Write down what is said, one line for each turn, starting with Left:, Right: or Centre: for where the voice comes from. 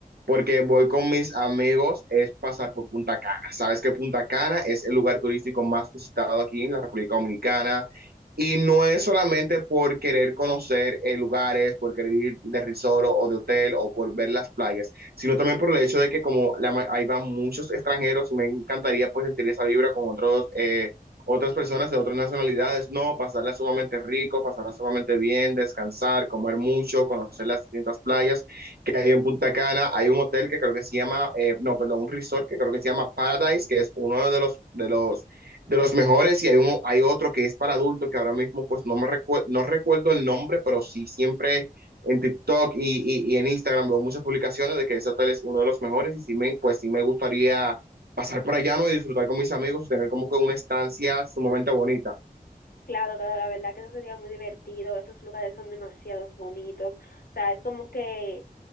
Right: porque voy con mis amigos, es pasar por Punta Cana. Sabes que Punta Cana es el lugar turístico más visitado aquí en la República Dominicana. Y no es solamente por querer conocer eh, lugares, por querer ir de resort o de hotel o por ver las playas sino también por el hecho de que como la, ma- ahí van muchos extranjeros, me encantaría pues sentir esa vibra con otros, eh, otras personas de otras nacionalidades, no, pasarla sumamente rico, pasarla sumamente bien, descansar, comer mucho, conocer las distintas playas que hay en Punta Cana, hay un hotel que creo que se llama, eh, no, perdón, un resort que creo que se llama Paradise, que es uno de los, de los, de los mejores, y hay, un, hay otro que es para adultos, que ahora mismo pues no me recu no recuerdo el nombre, pero sí siempre en TikTok y, y, y, en Instagram veo muchas publicaciones de que ese hotel es uno de los mejores, y sí me, pues sí me gustaría pasar por allá, ¿no? Y disfrutar con mis amigos, tener como que una estancia sumamente bonita.
Left: Claro, claro, la verdad que eso sería muy divertido, esos lugares son demasiados bonitos, o sea, es como que